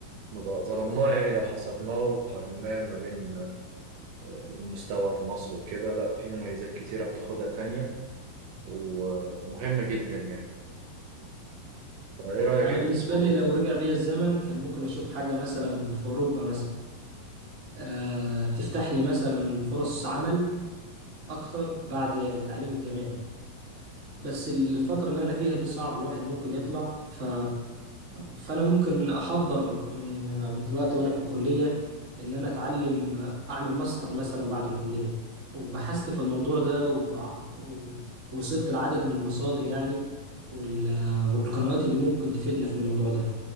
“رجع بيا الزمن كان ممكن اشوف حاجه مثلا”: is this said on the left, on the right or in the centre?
Right